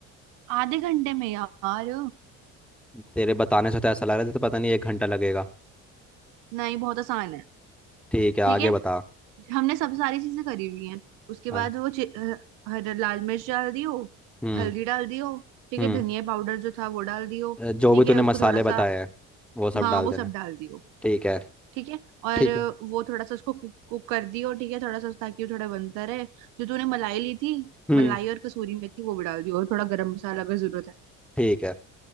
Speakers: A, on the right; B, in the centre.
A: आधे घंटे में यार
B: तेरे बताने से तो ऐसा लग रहा था तो पता नहीं एक घंटा लगेगा
A: नहीं बहुत आसान है
B: ठीक है आगे
A: ठीक है
B: बता
A: हमने सब सारी चीजें करी हुई हैं उसके
B: हाँ,
A: बाद वो चि- अ, हर- लाल मिर्च डाल दियो
B: हम्म
A: हल्दी डाल दियो ठीक
B: हम्म
A: है धनिया पाउडर जो था वो डाल दियो
B: जो
A: ठीक
B: भी तूने
A: है उसको
B: मसाले
A: थोड़ा
B: बताए
A: सा
B: हैं वो सब
A: हाँ
B: डाल
A: वो
B: देना
A: सब डाल दियो
B: ठीक है
A: ठीक है और
B: ठीक
A: अ,
B: है
A: वो थोड़ा सा उसको कुक, कुक कर दियो ठीक है थोड़ा सा ताकि वो थोड़ा बनता रहे जो तूने मलाई ली थी
B: हम्म
A: मलाई और कसूरी मेथी वो भी डाल दियो और थोड़ा गरम मसाला अगर जरूरत है
B: ठीक है